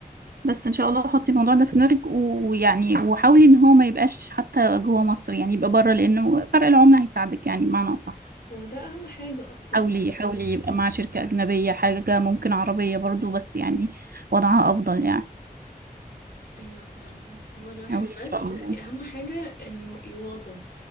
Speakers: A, on the right (about 70°); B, on the left (about 75°).
A: بس إن شاء الله حطي الموضوع ده في دماغك ويعني وحاولي إن هو ما يبقاش حتى جوه مصر يعني يبقى بره لأنه فرق العملة هيساعدك يعني بمعنى أصح
B: هو ده اهم حاجه اصلا
A: حاولي
B: عايزة
A: حاولي
B: أقولك.
A: يبقى مع شركة أجنبية حاجة ممكن عربية برضو بس يعني وضعها أفضل يعني
B: ايوه فعلا هو الواحد
A: حاولي
B: بس
A: إن شاء الله
B: اهم حاجه انه يواظب